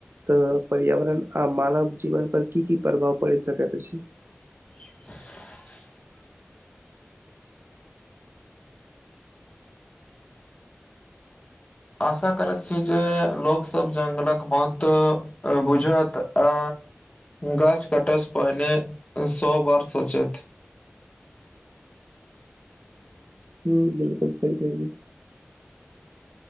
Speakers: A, on the right; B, on the left.
A: त पर्यावरण आ मानव जीवन पर की की प्रभाव परि सकैत अछी।
B: <unintelligible> आशा करत छी जे लोक सब जंगलक महत्व बुझत आ गाछ काटय सँ पहिने स बार सोचैथ।
A: हुं बिलकुल सही कहलियै।